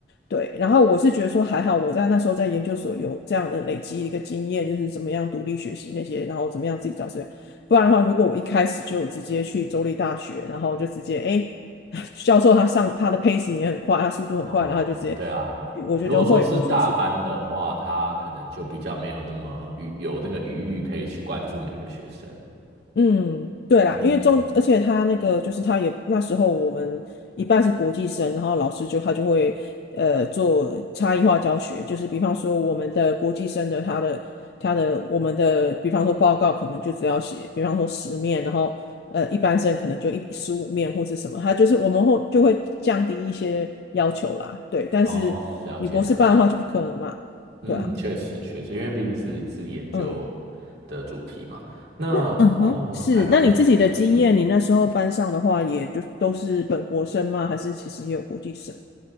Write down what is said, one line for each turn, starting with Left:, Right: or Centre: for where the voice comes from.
Left: 对，然后我是觉得说还好，我在那时候在研究所有这样的累积一个经验，就是怎么样独立学习那些，然后怎么样自己找资料。不然的话，如果我一开始就直接去州立大学，然后就直接哎，<laughs> 教授他上他的 pace 也很快，他速度很快，
Right: 哦，
Left: 然后就直接
Right: 对啊，
Left: 我觉得就会无所事事。
Right: 如果说是大班的话，他可能就比较没有那么余有那个余裕可以去关注每个学生。
Left: 嗯，对啦，
Right: 嗯，
Left: 因为中，而且他那个就是他也那时候我们一半是国际生，然后老师就他就会呃做差异化教学，就是比方说我们的国际生的他的他的我们的比方说报告可能就只要写，比方说十面，然后呃一般生可能就一十五面或是什么，他就是我们会就会降低一些要求啦，对，但是你博士班的话就不可能嘛，
Right: 哦，了解了解。嗯，
Left: 对啊，
Right: 确实确实，因为毕竟是是研究的主题嘛。
Left: 嗯。
Right: 那
Left: 那嗯哼，
Right: 哦，
Left: 是，
Right: 那还蛮有趣的。
Left: 那你自己的经验，
Right: 嗯，
Left: 你那时候班上的话，也就都是本国生吗？还是其实也有国际生？